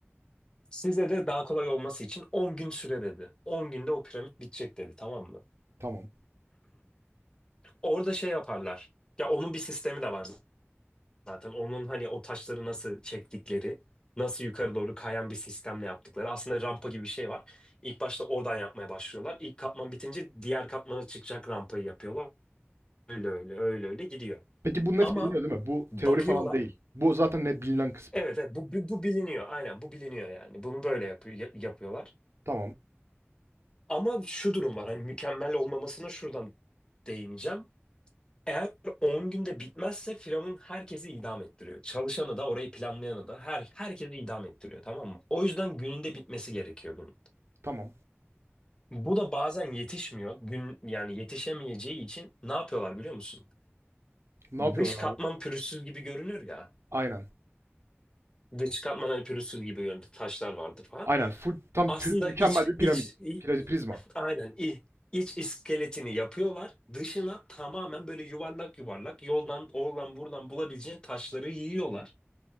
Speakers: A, on the left (about 20°); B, on the right (about 75°).
A: Size de daha kolay olması için 10 gün süre dedi. on günde o piramit bitecek dedi tamam mı?
B: Tamam.
A: Orada şey yaparlar. Ya onun bir sistemi de var zaten onun hani o taşları nasıl çektikleri, nasıl yukarı doğru kayan bir sistemle yaptıkları. Aslında rampa gibi bir şey var. İlk başta oradan yapmaya başlıyorlar. İlk katman bitince diğer katmana çıkacak rampayı yapıyorlar. Öyle öyle öyle öyle gidiyor.
B: Peki bu net
A: Ama
B: biliniyor değil mi? Bu
A: bakıyorlar.
B: teori falan değil. Bu zaten ne bilinen kısmı.
A: Evet, evet bu, bu, bu biliniyor. Aynen bu biliniyor yani. Bunu böyle yapıyor, yapıyorlar.
B: Tamam.
A: Ama şu durum var. Hani mükemmel olmamasına şuradan değineceğim. Eğer 10 günde bitmezse Firavun herkesi idam ettiriyor. Çalışanı da orayı planlayanı da her, herkesi idam ettiriyor tamam mı? O yüzden gününde bitmesi gerekiyor bunun.
B: Tamam.
A: Bu da bazen yetişmiyor. Gün yani yetişemeyeceği için ne yapıyorlar biliyor musun?
B: Ne yapıyorlar
A: Dış katman
B: abi?
A: pürüzsüz gibi görünür ya.
B: Aynen.
A: Dış katman hani pürüzsüz gibi görünür. Taşlar vardır falan.
B: Aynen. Full, tam
A: Aslında
B: pü- mükemmel
A: iç
B: bir piramit.
A: iç i-
B: Pri-
A: i-
B: Prizma.
A: aynen i- iç iskeletini yapıyorlar. Dışına tamamen böyle yuvarlak yuvarlak yoldan oradan buradan bulabileceğin taşları yiyorlar.